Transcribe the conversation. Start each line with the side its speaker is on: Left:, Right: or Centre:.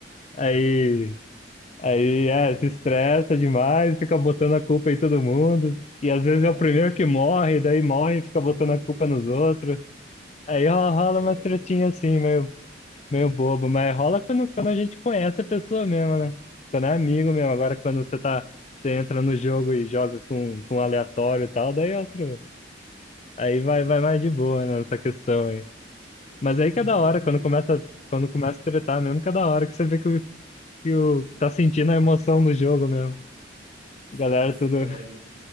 Left: Aí Aí é, se estressa demais, fica botando a culpa em todo mundo. E às vezes
Right: É.
Left: é o primeiro que morre, daí morre e fica botando
Right: <laughs>
Left: a culpa nos outros. Aí rola, rola
Right: É.
Left: umas tretinhas assim, meio, meio bobo, mas rola quando, quando a gente conhece a pessoa mesmo, né? Quando é amigo mesmo. Agora quando você tá, você entra no jogo e joga com, com um aleatório e tal, daí é outro. Aí vai, vai mais de boa, né, nessa questão aí. Mas aí
Right: <laughs>
Left: que é da hora, quando começa, quando começa a tretar mesmo, que é da hora que você vê que, o- que, o, que tá sentindo a emoção do jogo mesmo.
Right: Sim,
Left: Galera,
Right: sim,
Left: tudo.
Right: galera,